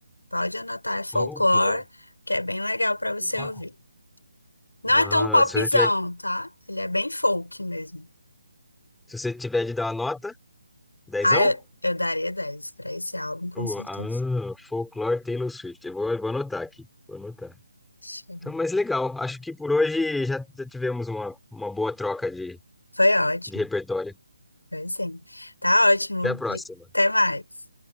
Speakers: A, on the left (about 75°); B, in the centre.
A: Pode anotar, é Folklore,
B: folclore.
A: que é bem legal para você
B: Uau.
A: ouvir. Não
B: Ah,
A: é tão popzão,
B: se você tiver,
A: tá? Ele é bem folk mesmo.
B: se você tiver de dar uma nota, dezão?
A: Ah, eu, eu daria 10 para esse álbum, com
B: O,
A: certeza.
B: ah, folklore, Taylor Swift. Eu vou, eu vou anotar aqui. Vou anotar.
A: Chega.
B: Então, mas legal. Acho que por hoje já já tivemos uma, uma boa troca de,
A: Foi ótimo.
B: de repertório.
A: Foi sim. Tá ótimo.
B: Até a próxima.
A: Até mais.